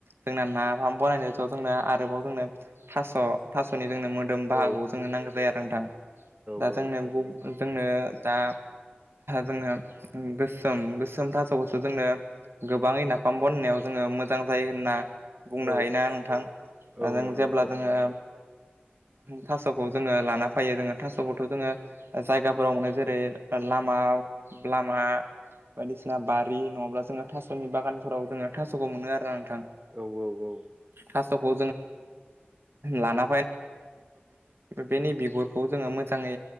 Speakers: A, on the right (about 75°); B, on the right (about 30°).
A: जोंना नाफाम बानायनाय जोंना आरोबाव जों नो थास' थास जोंनो मोदोम
B: औ
A: बाहागो जोंनो नांगो जायो नोंथां। दा
B: औ
A: जोंनो गु जोंनो दा जोंनो गोसोम गोसोम थास'खौसो जोंनो गोबाङै नाफाम बानायनायाव जोङो मोजां जायो होनना बुंनो
B: औ
A: हायोना नोंथां?
B: औ
A: जों
B: नंगौ
A: जेब्ला
B: नोंथां
A: जोङो थास'खौ जोङो लाना फैयो जोङो थास'खौथ' जोङो जायगाफोरावनो जेरै लामा-लामा बायदिसिना बारि नङाब्ला जोङो थास'नि बागानफोराव जोङो थास'खौ मोनो आरोना नोंथां।
B: औ औ
A: थास'खौ जोङो लाना बेनि बिगुरखौ जोङो मोजाङै